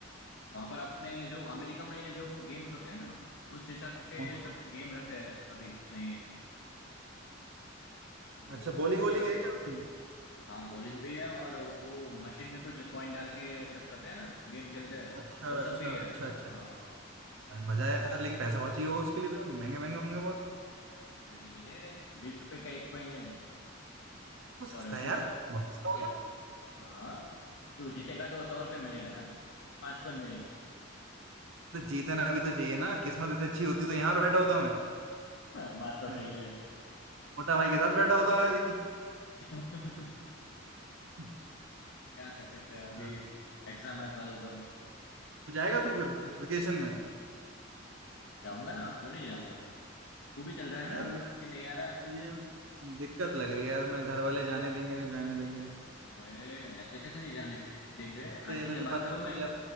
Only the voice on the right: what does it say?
कौन सा
अच्छा बॉलिंग
वॉलिंग
है क्या उसमें
अच्छा
अच्छा
अच्छा अच्छा
अरे मजा है यार लेकिन पैसा बहुत चाहिए होगा उसके लिए तो यार महंगे महंगे होंगे बहुत
तो
सस्ता है
यार बहुत सस्ता
हो गया
तो जीतना भी तो चाहिए ना किस्मत इतनी अच्छी होती
तो यहाँ बैठा होता मैं
<laughs>
मोटा भाई के साथ बैठा होता मैं अभी
<laughs>
हाँ,
तो जाएगा तू फिर वेकेशन में
यार
मेरे
मुझे यार दिक्कत लग रही है यार मैं घर वाले जाने देंगे नहीं जाने देंगे
अरे तुझे
पता
तुझे,